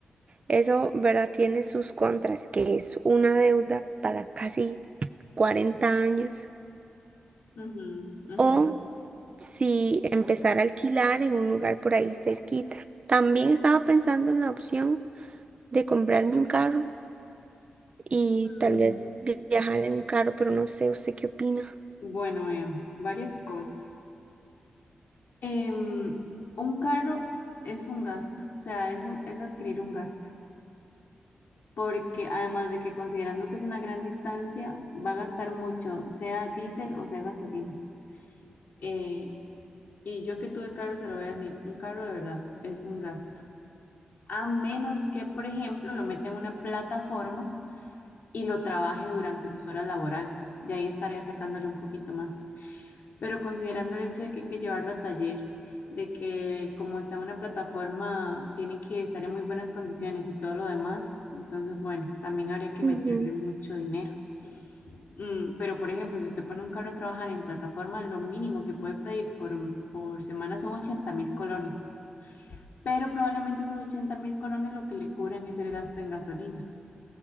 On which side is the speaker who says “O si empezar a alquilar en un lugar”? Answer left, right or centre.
Right